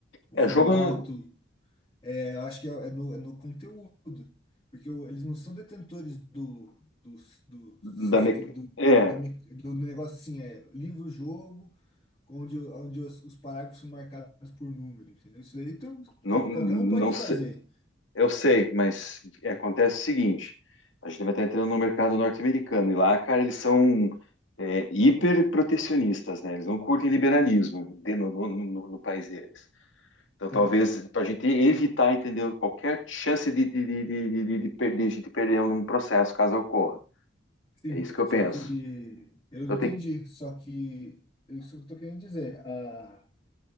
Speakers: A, on the left; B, on the left.
A: O
B: É,
A: formato
B: jogo no-
A: É, eu acho que é, é no, é no conteúdo, porque o- eles não são detentores do, do, do,
B: da
A: siste-
B: me-
A: do,
B: é,
A: da me- do negócio assim, é livro-jogo, onde, onde os, os parágrafos são marcados por número, entendeu? Isso daí então,
B: não,
A: ca-
B: não
A: qualquer um pode fazer.
B: sei, Eu sei, mas acontece o seguinte: a gente vai estar entrando no mercado norte-americano e lá, cara, eles são é, hiper protecionistas, né? Eles não curtem liberalismo de- no, no- no- no país deles. Então,
A: Sim,
B: talvez para a gente evitar, entendeu, qualquer chance de, de, de, de, de, de, de perder, de gente perder um processo caso ocorra.
A: sim,
B: É isso que eu
A: só
B: penso.
A: que eu
B: Então,
A: entendi,
B: tem,
A: só que é isso que eu tô querendo dizer. ah